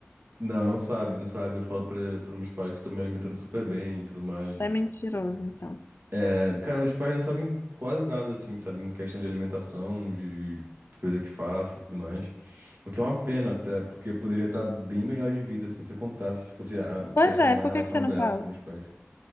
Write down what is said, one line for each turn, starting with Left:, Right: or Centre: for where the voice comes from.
Right: Não, não sabe, não sabe. Eu falo pra, pra meus pais que eu tô me alimentando super bem e tudo mais.
Left: Você É mentiroso, então.
Right: É, cara, meus pais não sabem quase nada, assim, sabem questão de alimentação, de coisa que faço e tudo mais. O que é uma pena até, porque eu poderia estar bem melhor de vida, assim, se eu contasse, se fosse, a- tivesse
Left: Pois
Right: uma
Left: é, por
Right: relação
Left: que que você
Right: aberta
Left: não fala?
Right: com meus pais.